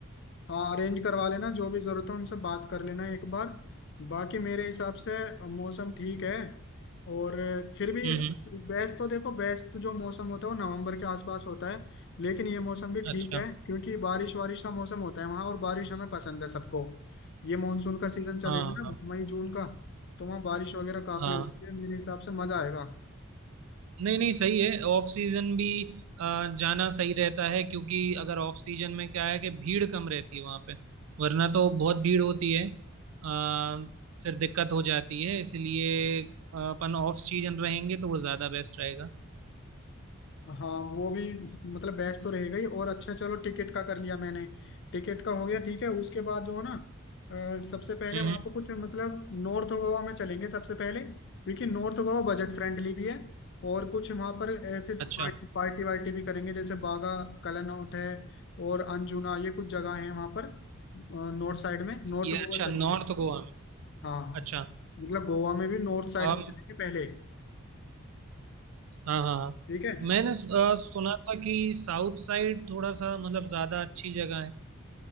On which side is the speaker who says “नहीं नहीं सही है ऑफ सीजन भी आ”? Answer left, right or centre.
Right